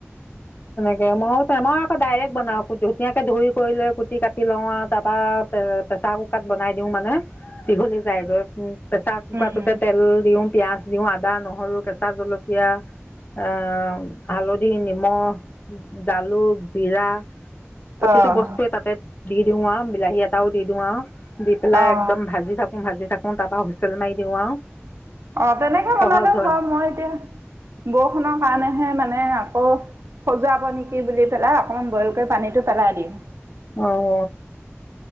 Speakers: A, on the left (about 40°); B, on the right (about 70°).
A: মইে মই আকৌ ডাইৰেক্ট বনাওঁ ধুনাকে ধুই কৰি লৈ কুটি কাটি লও আৰু তাৰ পৰাা প্ৰেচাৰ কুকাৰত বনাই দিও মানে দীঘলী যাইগৈ উ চাহ কুকটোতে
B: উম,
A: তেল দিওঁ পিয়াঁজ দিওঁ আদা নহৰু কেঁচা জলকীয়া আহ হালধি নিমখ জালুক জিৰা প্ৰতিটো
B: অ',
A: বস্তুৱে তাতে দি দিও আ ওবিলাহী এটাও দি দও হা দি পেলাই
B: অ',
A: একদম ভাজি থাকো ভাজি থাকো তাৰপৰা হুইেল মাৰি দিও আৰু
B: অ তেনেকে
A: সহজ
B: বনালেও
A: হয়
B: খাম মই এতিয়া বহুত শুনৰ কাৰণেহে মানে আকৌ সজোৱাব নেকি বুলি পেলাই অকমান বইল কৰি পানীটো পেলাই দিম
A: অহ